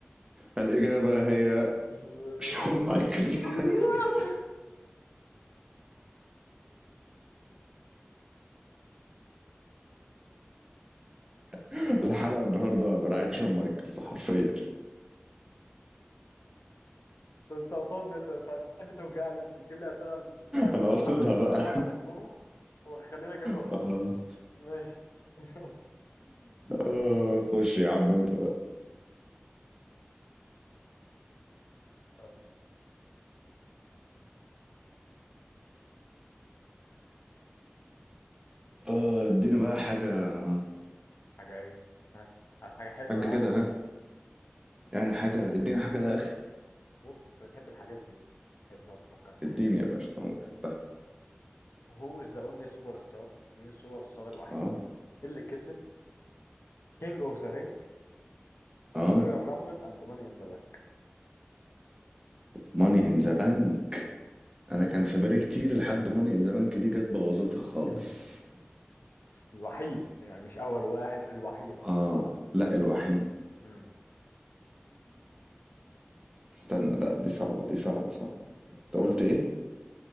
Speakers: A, on the right (about 20°); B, on the left (about 80°).
A: الاجابة هي
B: <laughs>
A: شون مايكلز
B: انت
A: <laughs> <applause> الحلقة النهاردة برعاية شون مايكلز حرفيا
B: مستقصدني انت بتح- بتحب توجعني انت تجيب لي اسئله عن المصارعه
A: انا
B: الى
A: قصدها
B: حد المصارعين
A: بقى
B: اللي انا بحبهم وخلينا اجيبها غلط
A: آه.
B: ماشي <laughs>
A: آه. خش يا عم انت بقى
B: آه،
A: اه اديني بقى حاجة
B: حاجه ايه ها عايز حاجه حلوه
A: حاجة
B: يعني
A: كده ها يعني حاجة اديني حاجة يا اخي
B: بص انت بتحب الحاجات دي بتحب تقعد تفكر في الحاجات
A: اديني يا
B: دي
A: باشا طالما بحبها
B: هو از ذا اونلي سوبر ستار مين السوبر ستار الوحيد
A: اه
B: اللي كسب كينج اوف ذا رينج
A: اه
B: رويال رامبل اند ماني ان ذا بانك
A: ماني ان ذا بانك انا كان في بالي كتير لحد ماني ان ذا بانك دي جت بوظتها خالص
B: <laughs> الوحيد يعني مش أول واحد الوحيد أصلا
A: اه لا الوحيد
B: امم
A: استنى لا دي صعبة دي صعبة صعبة انت
B: يا-
A: قلت ايه